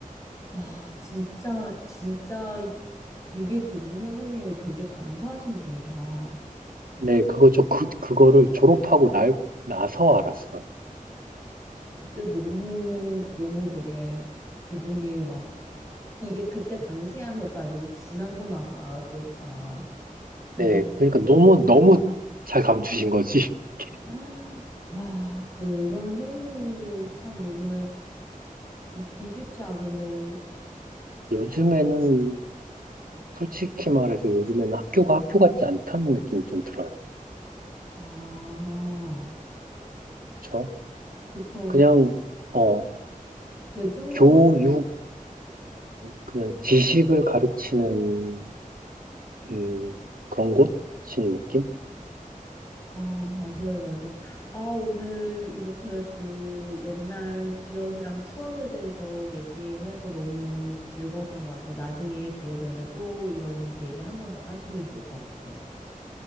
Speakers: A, on the left (about 20°); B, on the right (about 85°).
A: 와, 진짜, 진짜 되게 좋은 선생님이고 되게 감사하신 분이다. 아,
B: 네, 그거 저 그, 그거를 졸업하고 날, 나서 알았어요.
A: 그때 너무, 너무 되게 기분이 막 이게 그때 당시에 한 것도 아니고 지나고 나서 알았으니까 이게
B: 네, 그러니까 너무 너무 잘 감추신 거지.
A: <gasps>
B: <laughs>
A: 아, 와 그런 선생님도 참 요즘에 쉽- 있기 쉽지 않은데 진짜
B: 요즘에는 솔직히 말해서 요즘에는 학교가 학교 같지 않다는 느낌이 좀 들어요.
A: 아
B: 그렇죠?
A: 그쵸
B: 그냥
A: 그쵸
B: 어
A: 그좀더
B: 교육보다는 그냥 지식을 가르치는 음, 그런 곳인 느낌?
A: 아, 맞아요, 맞아요. 아, 오늘 이렇게 그 옛날 기억이랑 추억에 대해서 얘기해서 너무 즐거웠던 것 같아요. 나중에 기회 되면 또 이런 얘기 한 번 더 하시면 좋을 것 같아요.